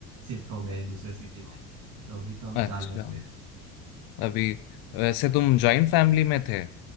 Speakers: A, on the right; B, on the left.
A: शिफ्ट हो गए दूसरे सिटी में तो अभी तो हम
B: अच्छा
A: चार लोग हैं
B: अभी वैसे तुम जॉइंट फैमिली में थे